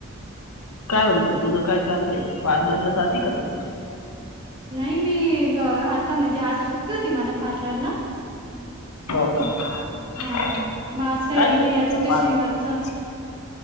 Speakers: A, on the left; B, on the right.
A: काय म्हणते तुझं काय चाललयं पार्लरला जाती का तू
B: नाही मी आता म्हणजे आज सुट्टी होती मला पार्लरला
A: हो का
B: हा
A: काय
B: मग आज काही गेली
A: शिकवतात
B: नाही आता उद्या
A: पार्लर
B: शनिवारच
A: मधे